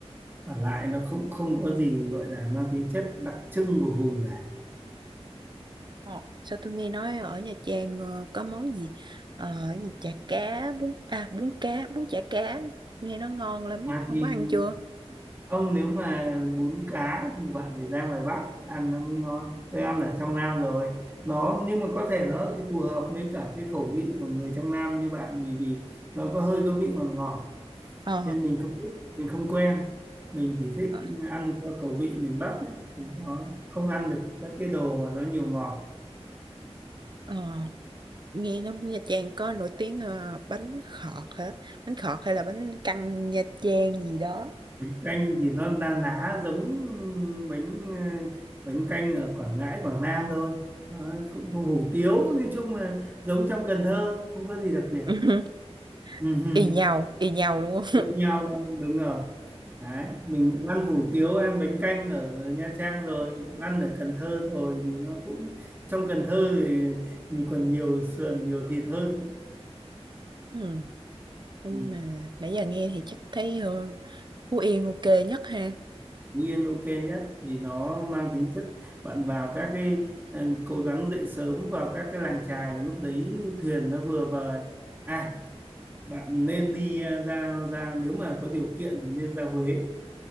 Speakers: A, on the right; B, on the right.
A: còn lại nó không không có gì gọi là mang tính chất đặc trưng của vùng cả
B: Ờ, sao tôi nghe nói ở Nha Trang ờ, có món gì ờ gì chả cá bún à bún cá bún chả cá nghe nó ngon lắm
A: à,
B: không
A: thì
B: có ăn chưa
A: không nếu mà bún cá thì bạn phải ra ngoài Bắc ăn nó mới ngon tôi ăn ở trong Nam rồi nó nhưng mà có thể nó phù hợp với cả cái khẩu vị của người trong Nam như bạn vì vì nó có hơi có vị ngọt ngọt
B: ờ
A: nên mình không thích mình không quen mình chỉ thích
B: ờ
A: ăn theo khẩu vị miền Bắc ấy, thì nó không ăn được các cái đồ mà nó nhiều ngọt
B: ờ nghe nói Nha Trang có nổi tiếng ờ, bánh khọt hả bánh khọt hay là bánh căn Nha Trang gì đó
A: canh thì nó na ná giống bánh ờ, bánh canh ở Quảng Ngãi Quảng Nam thôi nó không không hủ tiếu nói chung là giống trong Cần Thơ không có gì đặc biệt
B: <laughs>
A: Ừ,
B: y nhau y nhau đúng không
A: Tất nhau luôn đúng rồi đấy mình cũng ăn hủ tiếu em bánh canh ở Nha Trang rồi mình cũng ăn ở Cần Thơ rồi thì nó cũng trong Cần Thơ thì nhì- còn nhiều sườn nhiều thịt hơn
B: <laughs> ừ. nhưng
A: ừ.
B: mà nãy giờ nghe thì chắc thấy ờ, Phú Yên ok nhất ha
A: Phú Yên ok nhất vì nó mang tính chất bạn vào các cái ừ, cố gắng dậy sớm vào các cái làng chài lúc đấy thuyền nó vừa vời à bạn nên đi à, ra ra nếu mà có điều kiện thì nên ra Huế